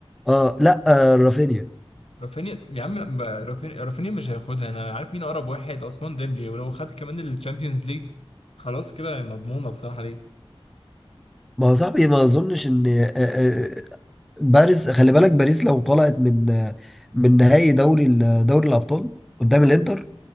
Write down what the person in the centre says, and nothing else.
اه لا آه، رافينيا
ما هو صاحبي ما اظنش ان آه، آه، آه، باريس خلي بالك باريس لو طلعت من آه، من نهائي دوري ال- دوري الابطال قدام الانتر